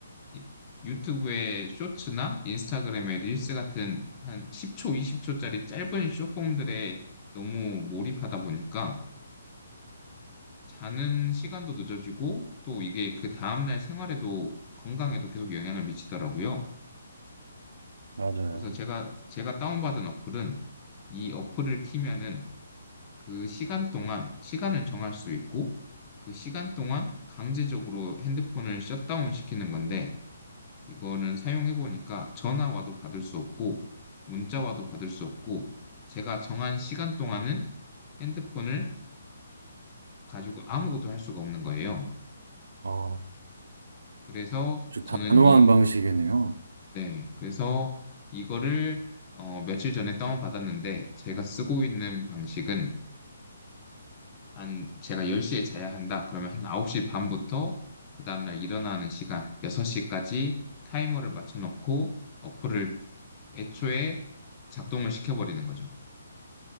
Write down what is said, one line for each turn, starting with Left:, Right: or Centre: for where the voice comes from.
Left: 이- 유튜브의 쇼츠나 인스타그램의 릴스 같은 한 10초, 20초짜리 짧은 쇼폼들에 너무 몰입하다 보니까 자는 시간도 늦어지고 또 이게 그 다음날 생활에도 건강에도 계속 영향을 미치더라고요.
Right: 맞아요.
Left: 그래서 제가 제가 다운받은 어플은 이 어플을 키면은 그 시간 동안 시간을 정할 수 있고 그 시간 동안 강제적으로 핸드폰을 셧다운 시키는 건데 이거는 사용해 보니까 전화 와도 받을 수 없고 문자 와도 받을 수 없고 제가 정한 시간 동안은 핸드폰을 가지고 아무것도 할 수가 없는 거예요.
Right: 아,
Left: 그래서
Right: 아주
Left: 저는
Right: 단호한
Left: 이,
Right: 방식이네요.
Left: 네, 그래서 이거를 어, 며칠 전에 다운받았는데 제가 쓰고 있는 방식은 한 제가 10시에 자야 한다. 그러면 한 9시 반부터 그 다음날 일어나는 시간 6시까지 타이머를 맞춰 놓고 어플을 애초에 작동을 시켜버리는 거죠.